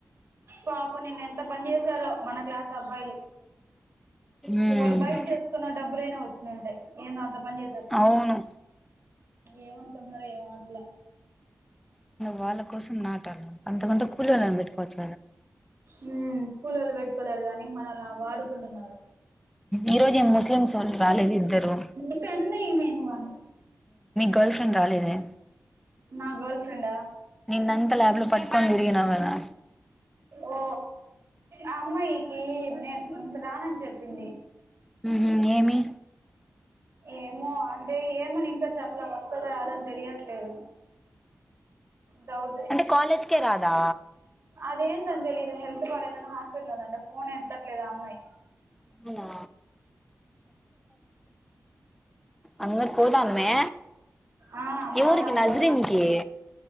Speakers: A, on the right; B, in the centre.
A: పాప నిన్న ఎంత పని చేసారో మన క్లాస్ అబ్బాయిలు. వాయ్
B: ఉ
A: వాళ్ళు బయట చేసుకున్న డబ్బులైనా వచ్చినుంటాయ్. ఏందో అంత పని చేసారు
B: అవును
A: ఏమనుకుంటున్నార ఏమో అసల
B: వాళ్ళ కోసం నా త అంత కొంటూులిని బటుకువి
A: ఉం కూలీలు పెట్టుకోలేరు కాగానీ మన అలా వాడుకుంటున్నారు.
B: ఈ రోజు ఏం ముస్లింసు వాళ్ళు రాలేదు ఇద్దరు
A: ఇతన్ని ఈమెను వాని
B: గర్ల్ ఫ్రెండ్ రాలేదే
A: నా గర్ల్ ఫ్రెండా
B: నిన్నంతా ల్యాబ్ లో పట్టుకొని తిరిగినావు కదా
A: ఆ ఓ ఆ అమ్మాయికి నేను ఇంక రాను అని చెప్ పింది
B: ఉహు ఏమి
A: ఏమో అంటే ఏమని ఇంకా చెప్పలే వస్తుంద రాదని తెలియట్లేదు డౌట్
B: అంటే కాలేజ్కే రాదా
A: అదేందని తెలిదు హెల్త్ బా ట్ందంట ఫోన్ ఎత్తట్లేదు అమ్మాయి
B: అవునా అంగరి పోదామే
A: ఆ
B: ఎవఊరికి
A: పోదాం
B: నజ్రీన్నికి
A: పోదాం